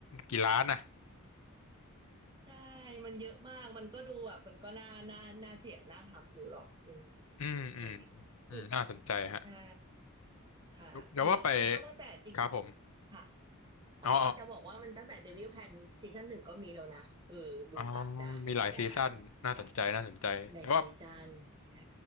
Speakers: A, on the left; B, on the right.
A: กี่ล้านนะ
B: ใช่มันเยอะมากมันก็ดูแบบมันก็น่าน่าน่าเสี่ยงน่าทำอยู่หรอกเออ
A: อืมอืม
B: จริง
A: อืมน่าสนใจฮะ
B: คือใช่ค่ะคือคือชอบตั้งแต่จริง
A: เดี๋ยวว่าไปครับผม
B: ค่ะอ๋อจะบอกว่ามันตั้งแต่เดวิลแพนซีซั่นหนึ่งก็มีแล้วนะเออดูตามได้ใช่
A: อ๋ออ๋อมีหลายซีซั่นน่าสนใจน่าสนใจจะวว่า
B: ค่ะในซีซั่นใช่